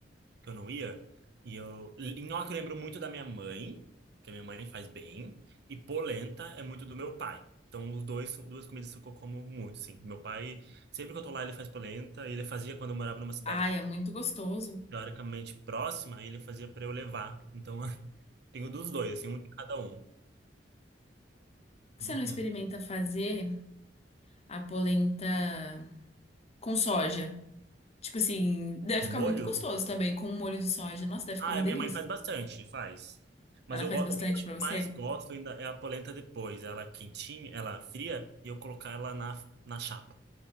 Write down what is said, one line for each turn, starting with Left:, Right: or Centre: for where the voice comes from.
Right: que eu não ia. E eu, nhoque eu lembro muito da minha mãe, que a minha mãe faz bem, e polenta é muito do meu pai. Então, os dois, duas comidas que eu como muito, sim. Meu pai, sempre que eu tô lá, ele faz polenta, e ele fazia quando eu morava numa cidade
Left: Ai, é muito gostoso. Por
Right: teoricamente próxima, e ele fazia pra eu levar. Então, tenho dos dois, assim, um de cada um.
Left: que
Right: Uhum.
Left: você não experimenta fazer a polenta com soja? Tipo assim, deve
Right: O
Left: ficar
Right: molho?
Left: muito gostoso também com um molho de soja. Nossa, deve ficar
Right: Ah,
Left: uma
Right: a
Left: delícia.
Right: minha mãe faz bastante, faz. Mas
Left: Ela
Right: eu,
Left: faz
Right: go-
Left: bastante
Right: o que eu acho
Left: pra
Right: que
Left: você?
Right: eu mais gosto ainda é a polenta depois. Ela quentinha, ela fria, e eu colocar ela na, na chapa.